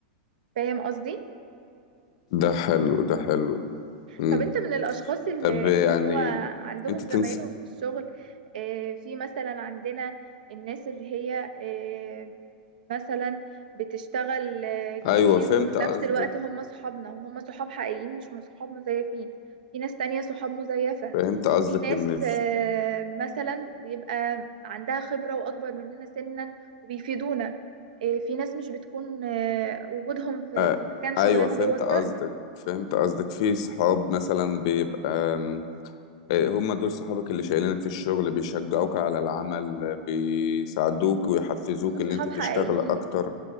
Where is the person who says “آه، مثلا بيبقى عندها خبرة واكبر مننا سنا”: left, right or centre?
Right